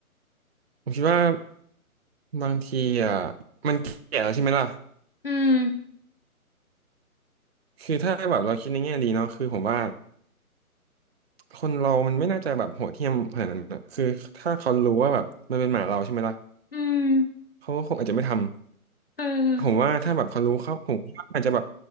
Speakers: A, on the right; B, on the left.
A: ผมคิดว่าบางทีอ่ะมันเกลียดแล้วใช่ไหมล่ะ
B: อืม
A: คือถ้าแบบเราคิดในแง่ดีเนาะคือผมว่าคนเรามันไม่น่าจะแบบโหดเหี้ยมขนาดนั้นอะคือถ้าเขารู้ว่าแบบมันเป็นหมาเราใช่ไหมล่ะ
B: อืม
A: เขาก็คงอาจจะไม่ท
B: เออ
A: ำผมว่าถ้าแบบเขารู้เขาผมว่าอาจจะแบบ